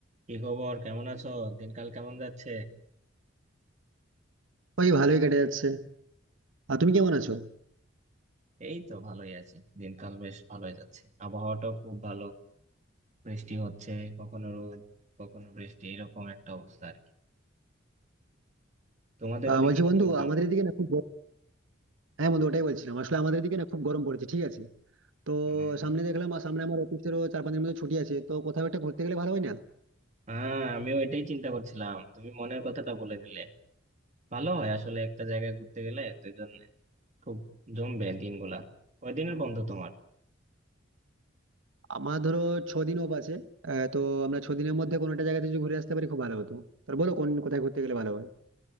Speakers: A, on the right; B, on the right.
A: কি খবর কেমন আছো দিনকাল কেমন যাচ্ছে
B: ওই ভালোই কেটে যাচ্ছে আর তুমি কেমন আছো
A: এই তো ভালোই আছি দিনকাল বেশ ভালোই যাচ্ছে আবহাওয়াটাও খুব ভালো বৃষ্টি হচ্ছে কখনো রোদ কখনো বৃষ্টি এরকম একটা অবস্থা আর কি তোমাদের
B: আহ
A: ওদিকে
B: বলছি বন্ধু
A: কিরকম
B: আমাদের এদিকে না খুব গরম- হ্যাঁ বন্ধু ওটাই বলছিলাম আসলে আমাদের এদিকে না খুব গরম পড়েছে ঠিক আছে তো
A: উম,
B: সামনে দেখলাম আর সামনে আমার অফিসেরও চার পাঁচ দিনের মতো ছুটি আছে তো কোথাও একটা ঘুরতে গেলে ভালো হয় না
A: হ্যাঁ আমিও এটাই চিন্তা করছিলাম তুমি মনের কথাটা বলে দিলে ভালো হয় আসলে একটা জায়গায় ঘুরতে গেলে দুইজন খুব জমবে দিনগুলা কয়দিনের বন্ধ তোমার
B: আমার ধরো ছ দিন অফ আছে আহ, তো আমরা ছ দিনের মধ্যে কোনো একটা জায়গাতে যদি ঘুরে আসতে পারি খুব ভালো হতো তো বলো কোন কোথায় ঘুরতে গেলে ভালো হয়